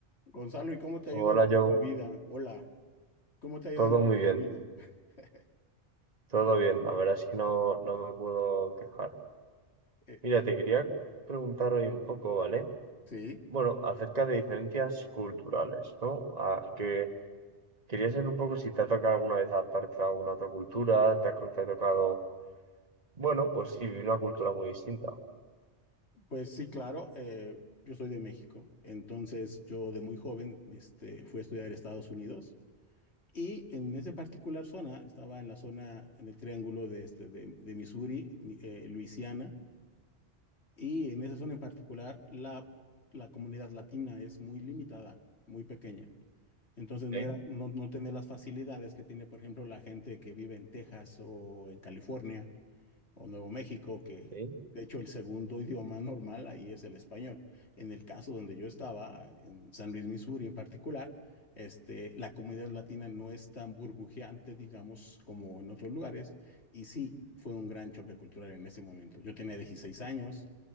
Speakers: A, on the left (about 75°); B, on the right (about 35°).
A: Gonzalo, ¿y cómo te ha
B: Hola
A: ido en tu
B: Joe,
A: nueva vida? Hola, ¿cómo te ha ido
B: todo
A: en tu
B: muy bien,
A: nueva vida? <laughs>
B: todo bien, la verdad es que no, no me puedo quejar.
A: Eh,
B: Mira,
A: ah,
B: te quería preguntar hoy un poco, ¿vale?
A: sí,
B: Bueno, acerca de diferencias culturales, ¿no? Ah, que quería saber un poco si te ha tocado alguna vez adaptarte a alguna otra cultura, te ha, te ha tocado, bueno, pues sí, una cultura muy distinta.
A: pues sí, claro, eh, yo soy de México, entonces yo de muy joven este, fui a estudiar a Estados Unidos y en esa particular zona, estaba en la zona, en el triángulo de, este, de, de Missouri, mi- eh, Luisiana, y en esa zona en particular la, la comunidad latina es muy limitada, muy pequeña. Entonces
B: Sí,
A: no era, no, no tenía las facilidades que tiene, por ejemplo, la gente que vive en Texas o en California o Nuevo México, que
B: sí,
A: de hecho el segundo <laughs> idioma normal ahí es el español. En el caso donde yo estaba, en San Luis, Missouri en particular, este, la comunidad latina no es tan burbujeante, digamos, como en otros lugares. Y sí, fue un gran choque cultural en ese momento. Yo tenía 16 años